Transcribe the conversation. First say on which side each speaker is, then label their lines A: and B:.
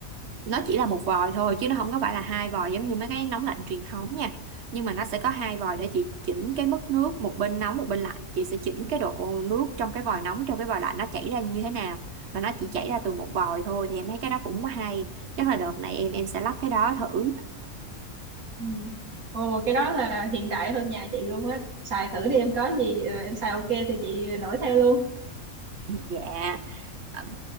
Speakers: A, on the right; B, on the right.
A: nó chỉ là một vòi thôi chứ nó không có phải là hai vòi giống
B: Ừ.
A: như mấy cái nóng lạnh truyền thống nha nhưng mà nó sẽ có hai vòi để chị chỉnh cái mức nước một bên nóng một bên lạnh chị sẽ chỉnh cái độ nước trong cái vòi nóng trong cái vòi lạnh nó chảy ra như thế nào mà nó chỉ
B: ừ
A: chảy ra từ một vòi thôi thì em thấy cái đó cũng hay chắc là đợt này em em sẽ lắp cái đó thử
B: ừ. ồ cái đó là hiện đại hơn nhà chị luôn á xài thử đi em có gì ờ, em xài ok thì chị đổi theo luôn
A: dạ À,